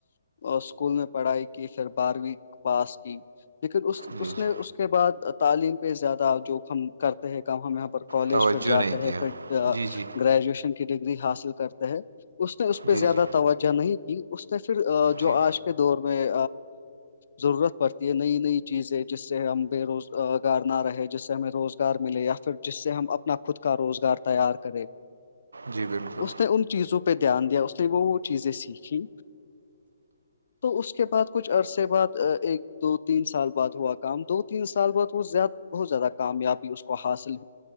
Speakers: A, on the left; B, on the right.
A: اسکول میں پڑھائی کی پھر بارہویں پاس کی لیکن اس
B: جی
A: اس نے
B: جی
A: اس کے بعد تعلیم پہ زیادہ جو ہم کرتے ہیں کام ہماں کالج
B: توجہ
A: پھر جاتے
B: نہیں دیا
A: ہے پھر
B: جی جی
A: گریجویشن کی ڈگری حاصل کرتے ہے اس نے اس پہ
B: جی
A: زیادہ
B: جی
A: توجہ نہیں کی اس نے پھر جو
B: جی
A: آج کے دور میں ضرورت پڑتی ہے نئی نئی چیزیں جس سے ہم بے روزگار نہ رہے جس سے ہمیں روز ار ملے یا پھر جس سے ہم اپنا خود کا روزگار تیار کریں اس
B: جی بالکل
A: نے ان چیزوں پہ دھیان دیا اس نے وہ وہ چیزیں سیکھی تو اس کے بعد کچھ عرصے بعد ایک دو تین سال بعد ہوا کام دو تین سال بعد وہ زیادہ بہت زیادہ کامیابی اس کو حاصل